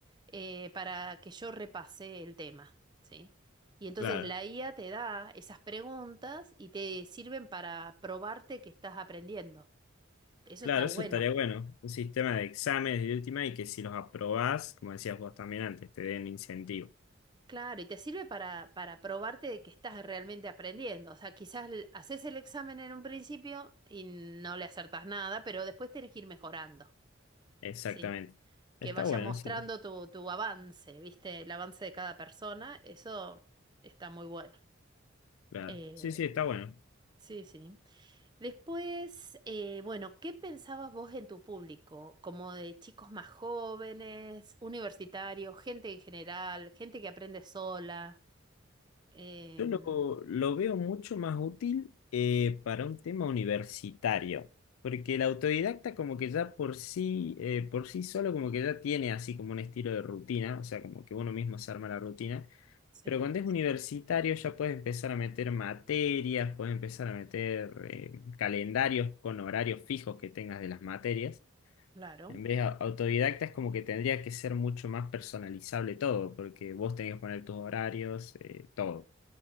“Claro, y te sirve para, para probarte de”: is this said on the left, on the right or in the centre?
Right